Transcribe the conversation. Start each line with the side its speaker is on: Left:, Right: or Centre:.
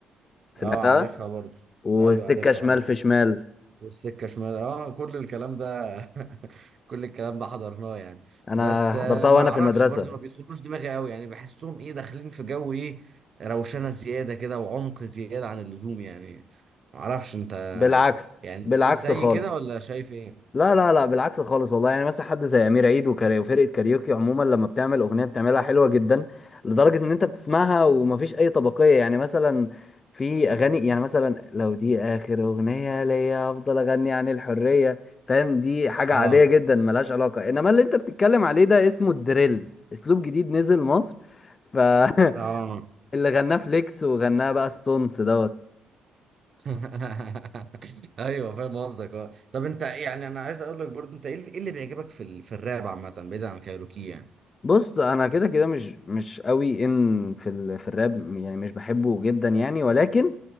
Left: سمعتها
Right: اه عارفها برضه
Left: والسكة
Right: ايوه عارفها
Left: شمال
Right: اه
Left: في شمال
Right: والسكة شمال اه كل الكلام ده <laughs> كل الكلام ده حضرناه يعني
Left: أنا
Right: بس آه،
Left: حضرتها
Right: ما
Left: وأنا
Right: اعرفش
Left: في المدرسة
Right: برضه ما بيدخلوش دماغي قوي يعني بحسهم ايه داخلين في جو ايه روشنة زيادة كده وعمق زيادة عن اللزوم يعني ما اعرفش انت
Left: بالعكس
Right: يعني انت
Left: بالعكس
Right: شايف زي
Left: خالص
Right: كده ولا شايف ايه
Left: لا لا لا بالعكس خالص والله يعني مثلا حد زي امير عيد وكاري وفرقه كاريوكي عموما لما بتعمل اغنيه بتعملها حلوه جدا لدرجه ان انت بتسمعها ومفيش اي طبقيه يعني مثلا في اغاني يعني مثلا لو دي اخر اغنيه ليا افضل اغني عن الحريه فاهم دي حاجه
Right: اه
Left: عاديه جدا ملهاش علاقه انما اللي انت بتتكلم عليه ده اسمه الدريل اسلوب جديد نزل مصر ف <laughs>
Right: اه
Left: اللي غناه فليكس وغناه بقى السونس دوت
Right: <laughs> ايوه فاهم قصدك اه طب انت يعني انا عايز اقول لك برضه انت ايه اللي إيه اللي بيعجبك في ال... في الراب عامة بعيد عن كايروكي يعني
Left: بص انا كده كده مش مش قوي ان في ال... في الراب يعني مش بحبه جدا يعني ولكن